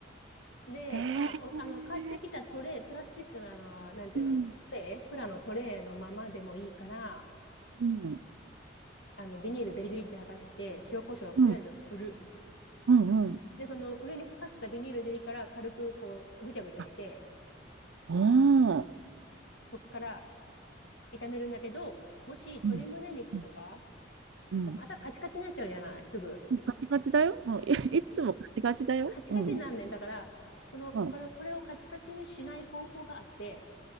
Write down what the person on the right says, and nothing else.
ええ
ー、
うん
うん、
うん、うん、うん。
あ、おー。
うん、うん、うん。
ガチガチだよ。もう、い、<laughs> いつもガチガチだよ。
うん、
うん、